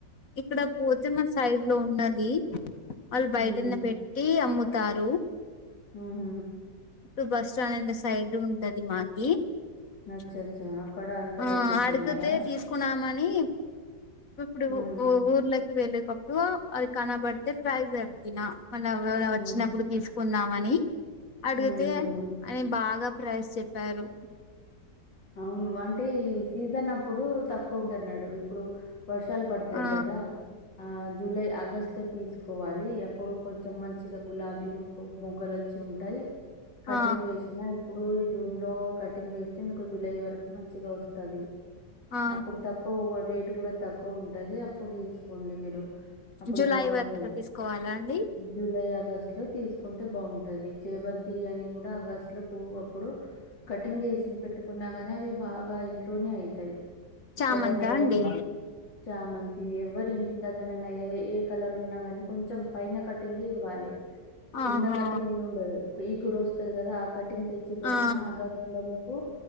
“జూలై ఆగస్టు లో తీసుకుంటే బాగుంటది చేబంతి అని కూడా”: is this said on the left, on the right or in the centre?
Left